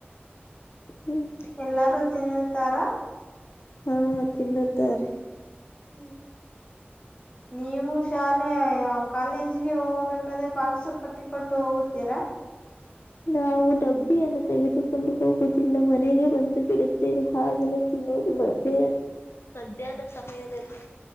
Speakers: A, on the left; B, on the left.
A: ಹ್ಮ್
B: ಎಲ್ಲಾರೂ ತಿನ್ನುತ್ತಾರ
A: ಹಾ ತಿನ್ನುತ್ತಾರೆ
B: ್ಮ ನೀವು ನೀವು ಶಾಲೆ ಕಾಲೇಜಗೆ ಹೋಗಬೇಕಾದ್ರೆ ಬಾಕ್ಸ್ ಕಟ್ಟಿಕೊಂಡು ಹೋಗುತ್ತೀರಾ
A: ನಾವು ಡಬ್ಬಿಯನ್ನು ತೆಗೆದುಕೊಂಡು ಹೋಗುವುದಿಲ್ಲ ಮನೆಗೆ ಬಂದು ಬಿಡುತ್ತೇವೆ ಆಲೇ ಅನ್ನೋದು ಮಧ್ಯ ಮಧ್ಯಾಹ್ನ ಸಮಯದಲ್ಲಿ